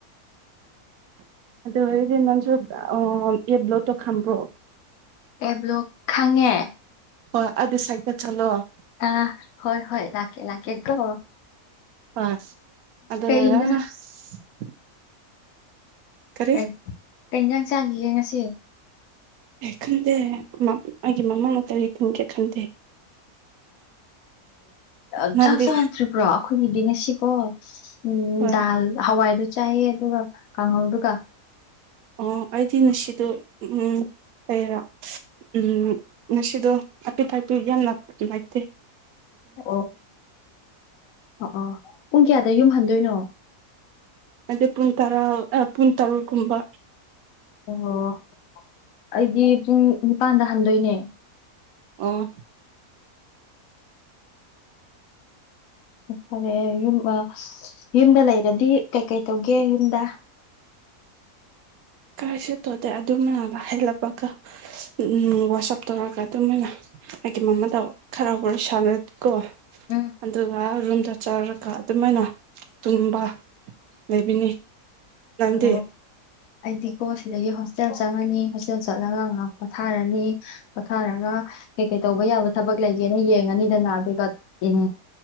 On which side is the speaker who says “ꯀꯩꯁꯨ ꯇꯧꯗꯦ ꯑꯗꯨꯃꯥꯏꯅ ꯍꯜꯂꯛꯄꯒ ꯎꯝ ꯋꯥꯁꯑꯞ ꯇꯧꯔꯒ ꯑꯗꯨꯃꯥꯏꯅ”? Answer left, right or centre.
Right